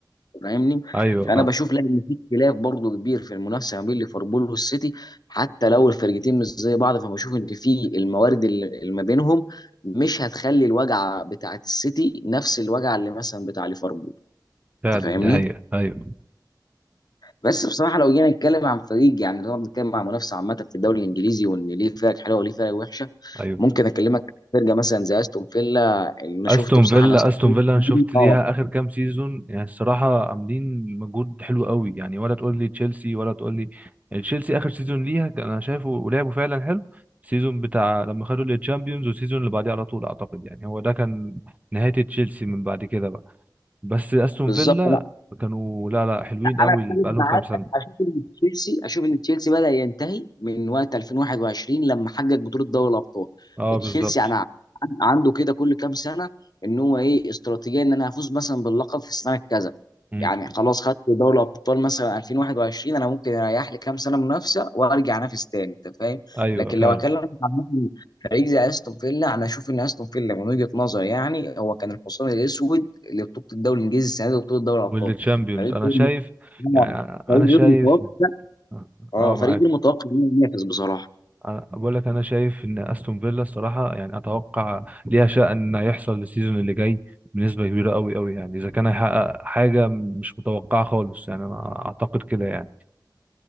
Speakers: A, on the left; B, on the right.
A: فاهمني؟
B: ايوه
A: فانا
B: فعلا
A: بشوف لا ان في اختلاف برضه كبير في المنافسه ما بين ليفربول والسيتي حتى لو الفرقتين مش زي بعض فبشوف ان في الموارد اللي اللي ما بينهم مش هتخلي الوجع بتاعت السيتي نفس الوجع اللي مثلا بتاع ليفربول
B: فعلا
A: انت فاهمني؟
B: دي حقيقه ايوه
A: بس بصراحه لو جينا نتكلم عن فريق يعني لو نتكلم عن منافسه عامه في الدوري الانجليزي وان ليه فرق حلوه وليه فرق وحشه
B: ايوه
A: ممكن اكلمك عن فرقه مثلا زي استون فيلا اللي انا
B: استون
A: شفته بصراحه
B: فيلا
A: انا استون
B: استون فيلا انا شفت
A: فيلا
B: ليها
A: اه
B: اخر كام سيزون يعني الصراحه عاملين مجهود حلو قوي يعني ولا تقول لي تشيلسي ولا تقول لي يعني تشيلسي اخر سيزون ليها كان انا شايفه ولعبوا فعلا حلو السيزون بتاع لما خدوا الشامبيونز والسيزون اللي بعديه على طول اعتقد يعني هو ده كان نهايه تشيلسي من بعد كده بقى بس استون
A: بالظبط
B: فيلا كانوا لا لا حلوين قوي
A: انا اختلف
B: بقالهم
A: معاك
B: كام سنه
A: اشوف ان تشيلسي اشوف ان تشيلسي بدا ينتهي من وقت 2021 لما حقق بطوله دوري الابطال
B: اه بالظبط
A: تشيلسي انا عنده كده كل كام سنه ان هو ايه استراتيجيه ان انا هفوز مثلا باللقب في السنه كذا
B: مم.
A: يعني خلاص خدت دوري الابطال مثلا 2021 انا ممكن اريح لي كام سنه منافسه وارجع انافس تاني انت فاهم
B: ايوه
A: لكن
B: فعلا
A: لو اكلم عن مثلاً فريق زي استون فيلا انا اشوف ان استون فيلا من وجهه نظري يعني هو كان الحصان الاسود لبطوله الدوري الانجليزي السنه دي وبطوله دوري الابطال
B: والتشامبيونز
A: فريق
B: انا شايف يعني
A: آه،
B: انا
A: فريق
B: شايف
A: غير متوقع
B: اه
A: اه
B: آه،
A: فريق
B: معاك
A: غير متوقع انه ينافس بصراحه
B: أنا بقول لك انا شايف ان استون فيلا الصراحه يعني اتوقع ليها شأن هيحصل السيزون اللي جاي بنسبه كبيره قوي قوي يعني اذا كان هيحقق حاجه مش متوقعه خالص يعني انا اعتقد كده يعني